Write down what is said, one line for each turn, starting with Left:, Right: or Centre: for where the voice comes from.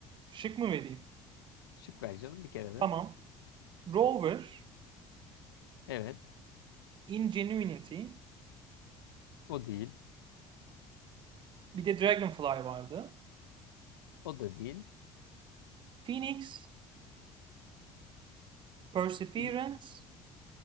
Right: Şık mı vereyim?
Left: Şık ver canım bir kere de.
Right: Tamam. Rover,
Left: Evet.
Right: Ingenuity,
Left: O değil.
Right: bir de Dragonfly vardı.
Left: O da değil.
Right: Phoenix, Perseverance,
Left: Phoenix.